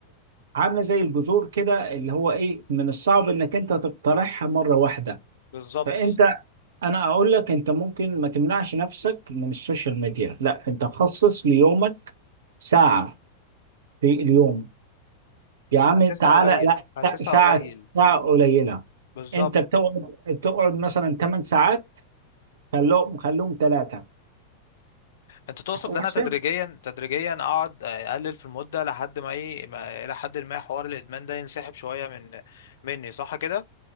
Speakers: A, on the right (about 65°); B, on the left (about 65°).
A: عامله زي الجذور كده اللي هو ايه من الصعب انك انت تقترحها مره واحده
B: بالظبط
A: فانت انا اقول لك انت ممكن ما تمنعش نفسك من السوشيال ميديا لا انت خصص ليومك ساعه في اليوم يا عم
B: حاسسها
A: تعالى
B: قليل
A: لا
B: حاسسها
A: لا، ساعه
B: قليل
A: ساعه قليله
B: بالظبط
A: انت بتقعد بتقعد مثلا 8 ساعات خلوهم خلوهم ثلاثه
B: انت تقصد ان
A: وحشه
B: انا تدريجيا تدريجيا اقعد اقلل في المده لحد ما ايه ما- الى حد ما حوار الادمان ده ينسحب شويه من مني صح كده